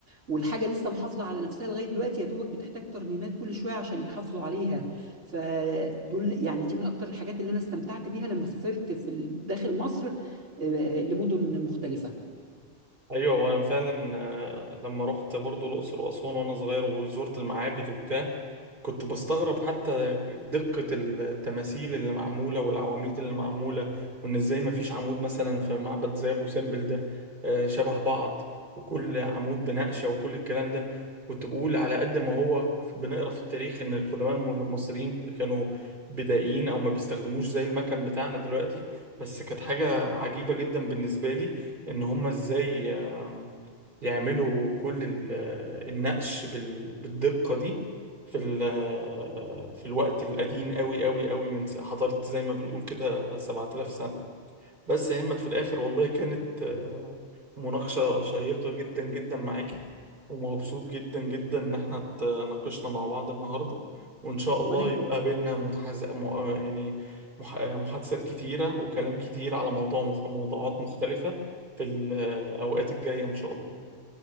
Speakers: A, on the right; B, on the right.
A: والحاجة لسه محافظة على نفسها لغاية دلوقتي يا دوبك بتحتاج ترميمات كل شوية عشان يحافظوا عليها فدول يعني دي من أكتر الحاجات اللي أنا استمتعت بيها لما سافرت في ال- داخل مصر آه، لمدن مختلفة
B: ايوه وانا فعلا آه، لما رحت برضو الاقصر واسوان وانا صغير وزرت المعابد وبتاع كنت بستغرب حتى دقة التماثيل اللي معمولة والعواميد اللي معمولة وان ازاي ما فيش عمود مثلا في معبد زي ابو سمبل ده آه، شبه بعض وكل عمود بنقشة وكل الكلام ده كنت بقول على قد ما هو بنقرا في التاريخ ان القدماء المصريين كانوا بدائيين او ما بيستخدموش زي المكن بتاعنا دلوقتي بس كانت حاجة عجيبة جدا بالنسبة لي ان هم ازاي يعملوا كل ال- النقش بال- بالدقة دي في ال- في الوقت القديم قوي قوي قوي من س- حضارة زي ما بنقول كده 7000 سنة بس يا همت في الآخر والله كانت آه، مناقشة شيقة جدا جدا معاكي ومبسوط جدا جدا إن احنا اتناقشنا مع بعض النهاردة وإن شاء الله
A: وانا ك-
B: يبقى بينا متحز... م... آه، يعني مح... آه، محادثات كتيرة وكلام كتير على موضوع مخ... موضوعات مختلفة في الأوقات الجاية إن شاء الله